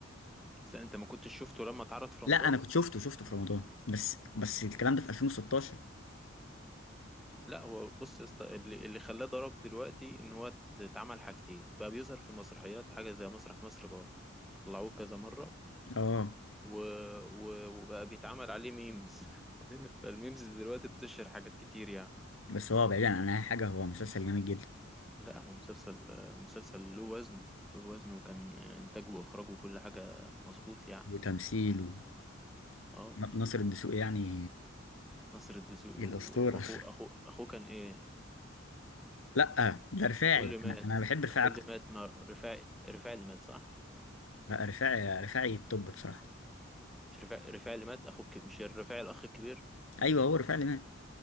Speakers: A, in the centre; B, on the left (about 85°).
A: انت ما كنتش شفته لما اتعرض في رمضان
B: لا انا كنت شفته شفته في رمضان بس بس الكلام ده في 2016
A: لا هو بص يا اسطى اللي اللي خلاه ضرب دلوقتي ان هو اتعمل حاجتين بقى بيظهر في المسرحيات حاجه زي مسرح مصر بقى طلعوه كذا مره
B: اه
A: و... و... وبقى بيتعمل عليه ميمز <laughs> فالميمز دلوقتي بتشهر حاجات كتير يعني
B: بس هو بعيدا عن اي حاجه هو مسلسل جامد جدا
A: لا هو مسلسل مسلسل له وزنه له وزنه وكان انتاجه واخراجه وكل حاجه مظبوط يعني
B: وتمثيل
A: اه
B: وناصر الدسوقي يعني
A: ناصر الدسوقي
B: الاسطوره
A: و- واخوه
B: <laughs>
A: اخوه اخوه كان ايه
B: لا ده رفاعي
A: اخوه اللي مات
B: انا أنا بحب رفاعي
A: اخوه
B: اكتر
A: اللي مات ما رفاعي رفاعي اللي مات صح
B: لا رفاعي رفاعي التوب بصراحه
A: مش رفاعي رفاعي اللي مات اخوه الك- مش الرفاعي الاخ الكبير
B: ايوه هو رفاعي اللي مات